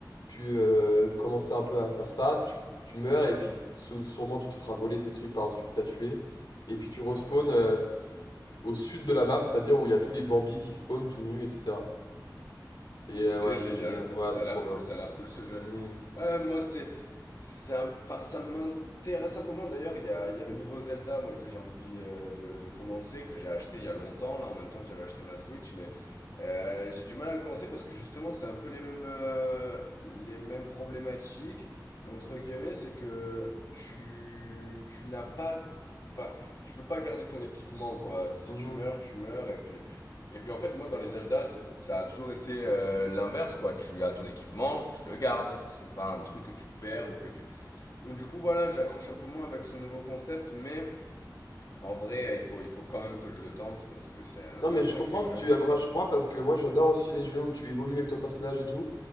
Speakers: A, on the left; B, on the left.
A: pu, heu, commencer un peu à faire ça, tu tu meurs et puis sou sûrement tu te feras voler tes trucs par celui que tu as tué et puis tu respawns,
B: Ah ouais.
A: heu, au sud de la map, c'est-à-dire où il y a tous les Bambis qui spawnent tout nus et cetera et heu,
B: Ok,
A: voilà,
B: génial.
A: c'est génial.
B: Bon,
A: voilà
B: bah, ça
A: c'est
B: a l'air
A: trop bien.
B: cool, ça a l'air cool ce jeu.
A: Mmh mh.
B: Ouais, moi, c'est, c'est un, enfin, ça m'intéresse un peu moins. D'ailleurs, il y a, il y a le nouveau Zelda, moi, que j'ai envie euh, de, de commencer, que j'ai acheté il y a longtemps, là, en même temps que j'avais acheté ma Switch, mais euh, j'ai du mal à le commencer parce que justement, c'est un peu les mêmes, euh, les mêmes problématiques, entre guillemets, c'est que tu, tu n'as pas, enfin, tu peux pas garder ton équipement, quoi. Si
A: Mmh
B: tu meurs, tu meurs, et puis. Et puis en fait, moi dans les Zelda, ça a toujours été euh, l'inverse quoi. Tu as ton équipement, tu le gardes. C'est pas un truc que tu perds ou que tu. Donc, du coup voilà, j'accroche un peu moins avec ce nouveau concept, mais en vrai, il faut, il faut quand même que je le tente parce que c'est un,
A: Non,
B: c'est
A: mais
B: un
A: je
B: sacré
A: comprends
B: jeu.
A: que tu accroches moi parce que moi j'adore aussi les jeux où tu évolues avec ton personnage et tout.